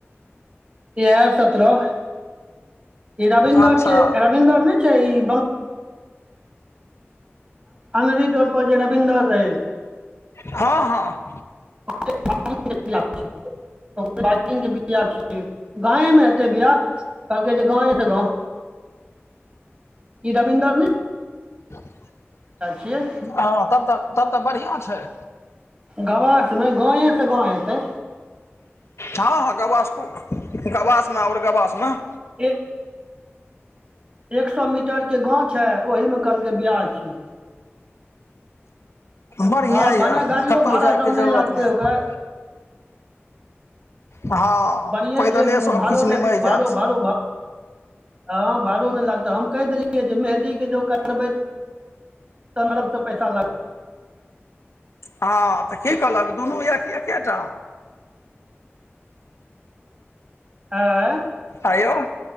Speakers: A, on the right (about 30°); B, on the left (about 75°).
A: इएह सतरह ई रविन्द्र
B: अच्छा
A: के रविन्द्र ने छै ई अनरी टोलपर जे रबिन्दर रहै
B: हँ हँ
A: <unintelligible> बियाह छियै गांवे मे हतै बियाह कलहकै जे गाँवे से गाँव ई रबीन्दर ने
B: हँ
A: छियै
B: तब तऽ तब तऽ बढ़िआँ छै
A: गवासे नै गाँवेसँ गाँव हेतै
B: ह ह गवास तु गवास में और गवास में
A: ई एक सौ मीटर के गांव छैै ओहि में कहलकै बियाह छियै
B: बढ़िएँ
A: हँ
B: यए
A: भने गाड़ियो
B: कतहु
A: भाड़ा
B: जायके
A: सब
B: जरूरत
A: नै लागतै
B: नहि
A: ओकरा
B: हँ
A: बढ़िए
B: पैदले
A: छै उ
B: सभकिछु
A: भाड़ो नै
B: निमहि जायत
A: भाड़ो भाड़ो भ हँ भाड़ो नहि लागतै हम कहि देलियै जे मेहदीके जे ओ करबै त तहन अलगसँ पैसा लाग
B: हँ तऽ की कहलक दुनू या कि एकेटा
A: आँ
B: अयो